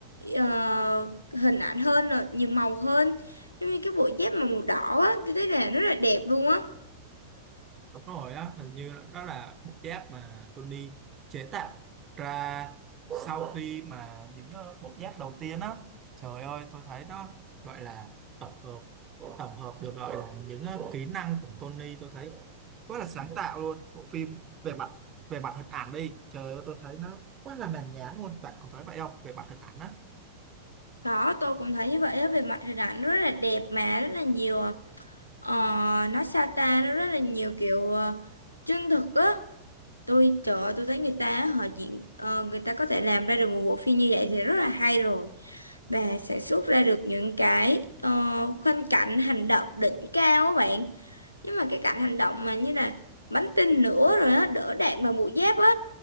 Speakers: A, on the left (about 80°); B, on the right (about 25°).
A: ờ, hình ảnh hơn, rồi nhiều màu hơn. Giống như cái bộ dép mà màu đỏ á, tôi thấy là rất là đẹp luôn á.
B: Đúng rồi á, hình như là- đó là bộ giáp mà Tony chế tạo ra sau khi mà những ờ, bộ giáp đầu tiên á, trời ơi tôi thấy nó gọi là tổng hợp, tổng hợp được gọi là những ờ, kỹ năng của Tony tôi thấy quá là sáng tạo luôn. Bộ phim về mặt về mặt hình ảnh đi, trời ơi tôi thấy nó quá là mãn nhãn luôn. Bạn có thấy vậy không? Về mặt hình ảnh á.
A: Đó, tôi cũng thấy như vậy á, về mặt hình ảnh nó rất là đẹp mà, rất là nhiều, ờ, nó sa ta, nó rất là nhiều kiểu ờ, chân thực á. Tôi, trời ơi, tôi thấy người ta họ diễn, ờ, người ta có thể làm ra được một bộ phim như vậy thì rất là hay rồi. và sẽ xuất ra được những cái uh, khoanh cảnh hành động đỉnh cao á bạn nhưng mà cái cảnh hành động mà như là bắn tinh nữa rồi á đỡ đạn bằng mũi giáp á